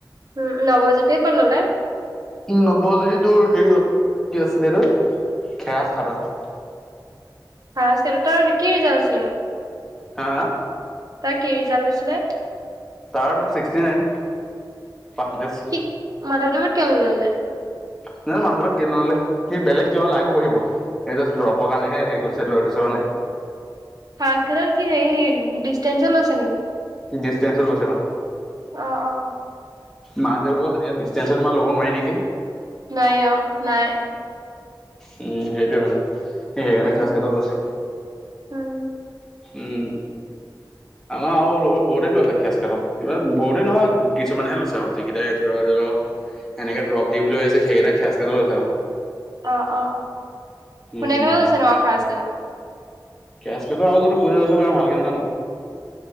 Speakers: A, on the right; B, in the centre.
A: উম! নৱজ্যোতিয়ে ক'ত ল'লে?
B: উম! নৱজ্যোতি তোৰ, হেৰিয়ত। কি আছিলে এইটো? খেৰাচ ঘাটত।
A: Higher secondary. তাৰ, কি ৰিজাল্ট আছিলনো?
B: হা, হা?
A: তাৰ, কি ৰিজাল্ট উলাইছিলে?
B: তাৰটো, ছিক্সটি নাইন, পাৰ্চেণ্টিজ।
A: কি মাধৱদেৱত কিয় নল'লে?
B: নাজানোঁ, মাধৱত কেলে নল'লে। সি বেলেগ কিবা লাইন পঢ়িব। সি জাষ্ট ড্ৰপৰ কাৰণেহে, হেৰি কৰিছে, লৈ থৈছে, মানে।
A: ৰ্ফাষ্ট <unintelligible> কি হেৰি, ডিষ্টেঞ্চত লৈছে নেকি?
B: ডিষ্টেঞ্চত লৈছে। অ'!
A: অ', অ',
B: মাধৱদেৱত এনে, ডিষ্টেঞ্চত ইমান ল'ব নোৱাৰি নেকি?
A: নোৱাৰি, অ'! নোৱাৰে।
B: উম! সেইটোৱে মানে। সি সেইকাৰণে,
A: উম
B: <unintelligible> লৈছে।
A: উম!
B: উম! আমাৰ আৰু লগৰ বহুতে লৈছে, <unintelligible> বহুতে নহয়। কিছুমানেহে লৈছে আৰু। যিকেইটাই ধৰি <unintelligible> এনেকে ড্ৰপ দিম বুলি ভাবিছে! সেইকেইটাই <unintelligible> লৈছে আৰু।
A: অ' অ'! কোনে
B: উম
A: কোনে লৈছেনো আৰু <unintelligible>
B: খেয়াচ গেটত আৰু যদি, কোনে লৈছে, মই ভালকে নাজানোঁ।